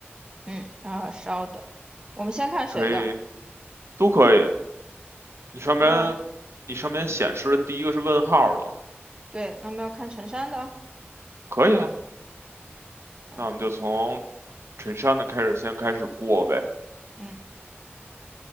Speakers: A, on the right; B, on the right.
A: 嗯，啊，稍等，我们先看谁的？
B: 可以，都可以。你上面，
A: 那我
B: 你上面显示的第一个是问号的，
A: 对，那么要看陈山的。
B: 可以啊。
A: 哎，
B: 那我们就从陈山的开始，先开始过呗。
A: 嗯，